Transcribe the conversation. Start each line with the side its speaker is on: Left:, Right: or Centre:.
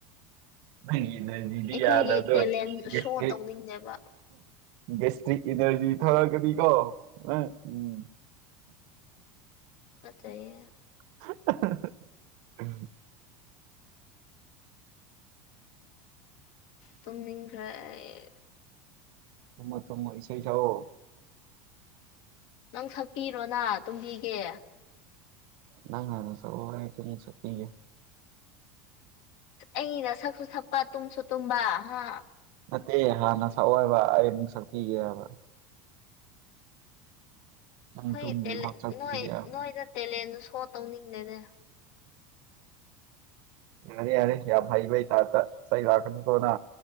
Right: ꯗꯤꯒꯤ ꯏꯅꯔꯖꯤꯗꯤ
Left: ꯑꯩꯈꯣꯏꯒꯤ
Right: ꯌꯥꯗꯕꯗꯣ
Left: ꯇꯦꯂꯦꯟ
Right: ꯒꯦꯁꯇ꯭ꯔꯤꯛ
Left: ꯁꯣ ꯇꯧꯅꯤꯡꯗꯦꯕ
Right: ꯒꯦꯁꯇ꯭ꯔꯤꯛ ꯏꯅꯔꯖꯤ ꯊꯛꯑꯒꯗꯤꯀꯣ ꯅꯪ ꯎꯝ
Left: ꯇꯨꯀꯠꯆꯩꯍꯦ
Right: <unintelligible>
Left: ꯇꯨꯝ ꯅꯤꯡꯈ꯭ꯔꯦ ꯑꯩ
Right: ꯊꯨꯝꯃ‌ꯣ ꯊꯨꯝꯃ‌ꯣ ꯏꯁꯩ ꯁꯛꯑ‌ꯣ
Left: ꯅꯪ ꯁꯛꯄꯤꯔꯣꯅ ꯇꯨꯝꯕꯤꯒꯦ
Right: ꯅꯪ ꯍꯥꯟꯅ ꯁꯛꯑ‌ꯣ ꯑꯩꯁꯨ ꯑꯃꯨꯛ ꯁꯛꯄꯤꯒ‌ꯦ
Left: ꯑꯩꯅ ꯁꯛꯁꯨ ꯁꯛꯄ ꯇꯨꯝꯁꯨ ꯇꯨꯝꯕ ꯍꯥ
Right: ꯅꯠꯇꯦ ꯍꯥꯟꯅ ꯁꯛꯑꯣꯏꯕ ꯑꯩ ꯑꯃꯅꯨꯡ ꯁꯛꯄꯤꯒꯦ ꯍꯥꯏꯕ ꯅꯪ
Left: ꯑꯩꯈꯣꯏ
Right: ꯇꯨꯝꯗ꯭ꯔꯤꯐꯥꯎ ꯁꯛꯄꯤꯒꯦ
Left: ꯅꯣꯏ
Right: ꯍꯥꯏꯕ
Left: ꯅꯣꯏꯗ ꯇꯦꯂꯦꯟꯗꯨ ꯁꯣ ꯇꯧꯅꯤꯡꯗꯦꯅꯦ
Right: ꯌꯥꯔ‌ꯦ ꯌꯥꯔꯦ ꯌꯥꯝ ꯍꯩꯕꯩ ꯇꯥꯏꯞꯇ ꯆꯩ ꯂꯥꯛꯀꯅꯤꯀ‌ꯣ ꯑꯉꯥꯡ